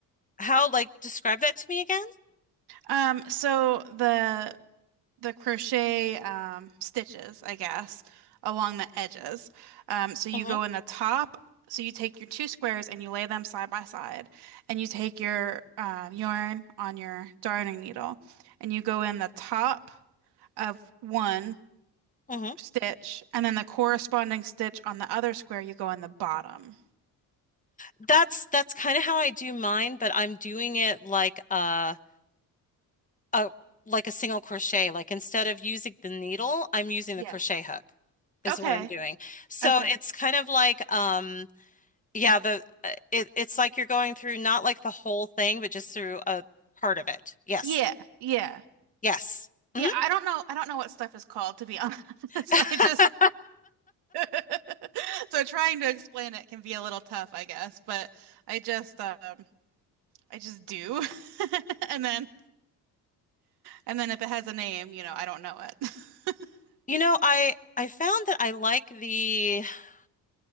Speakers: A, on the left; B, on the right.
A: how like describe that to me again?
B: um so the the crochet um, stitches, I guess, along the edges. Um, so you
A: Mm-hmm.
B: go in the top. So you take your two squares and you lay them side by side, and you take your um, yarn on your darning needle, and you go in the top of one
A: Mm-hmm.
B: stitch, and then the corresponding stitch on the other square, you go in the bottom.
A: That's that's kind of how I do mine, but I'm doing it like a a like a single crochet. Like instead of using the needle, I'm using the
B: Yeah.
A: crochet hook is
B: Okay.
A: what I'm doing. So
B: Okay.
A: it's kind of like um yeah, the uh, it, it's like you're going through not like the whole thing, but just through a part of it. Yes.
B: Yeah. Yeah.
A: Yes. hmm
B: Yeah. I don't know. I don't know what stuff is called, to be honest. <laughs>
A: <laughs>
B: I just <laughs> So trying to explain it can be a little tough, I guess, but I just um I just do. <laughs> And then and then if it has a name, you know, I don't know it. <laughs>
A: You know, I I found that I like the <sighs>